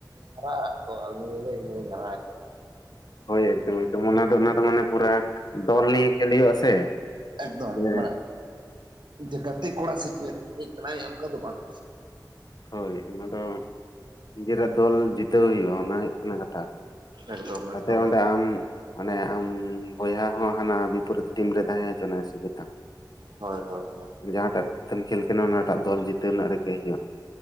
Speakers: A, on the right; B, on the left.
A: ᱦᱟᱨᱟᱜᱼᱟ ᱛᱚ ᱟᱞᱤᱧ ᱞᱤᱧ ᱞᱟᱹᱭᱟ ᱤᱧ ᱦᱚᱸ ᱵᱟᱹᱧ ᱦᱟᱨᱟᱜᱼᱟ ᱛᱚ
B: ᱦᱳᱭ ᱮᱠᱫᱚᱢ ᱮᱠᱫᱚᱢ ᱚᱱᱟ ᱫᱚ ᱚᱱᱟ ᱫᱚ ᱢᱟᱱᱮ ᱯᱩᱨᱟ ᱫᱚᱞ ᱱᱤᱭᱮ ᱠᱷᱮᱞ ᱦᱩᱭᱩᱜ-ᱟ ᱥᱮ
A: ᱮᱠᱫᱚᱢ
B: ᱡᱮ
A: ᱢᱟᱱᱮ ᱡᱮ ᱜᱟᱛᱮ ᱠᱚᱲᱟ ᱥᱮ ᱪᱮᱫ ᱩᱱᱤ ᱠᱟᱱᱟᱭ ᱚᱱᱠᱟ ᱫᱚ ᱵᱟᱝ
B: ᱦᱳᱭ ᱚᱱᱟ ᱫᱚ ᱱᱤᱡᱮᱨᱟᱜ ᱫᱚᱞ ᱡᱤᱛᱟᱹᱣ ᱦᱩᱭᱩᱜᱼᱟ ᱚᱱᱟ ᱦᱩᱭᱩᱜ ᱠᱟᱱᱟ ᱠᱟᱛᱷᱟ
A: ᱮᱠᱫᱚᱢ
B: ᱠᱟᱛᱮ
A: ᱮᱠᱫᱚᱢ
B: ᱚᱸᱰᱮ ᱟᱢ ᱢᱟᱱᱮ ᱟᱢ ᱵᱚᱭᱦᱟ ᱦᱚᱸ ᱦᱟᱱᱟ ᱵᱤᱯᱚᱨᱤᱛ ᱴᱤᱢ ᱨᱮ ᱛᱟᱦᱮᱸ ᱦᱚᱪᱚᱣᱟᱱ ᱥᱮ ᱪᱮᱛᱟᱢ
A: ᱦᱳᱭ ᱦᱳᱭ ᱦᱳᱭ
B: ᱡᱟᱦᱟᱸᱴᱟᱜ ᱛᱮᱢ ᱠᱷᱮᱞ ᱠᱟᱱᱟ ᱚᱱᱟᱴᱟᱜ ᱫᱚᱞ ᱡᱤᱛᱟᱹᱣ ᱨᱮᱱᱟᱜ ᱨᱤᱠᱟᱹᱭ ᱦᱳᱭᱳᱜᱼᱟ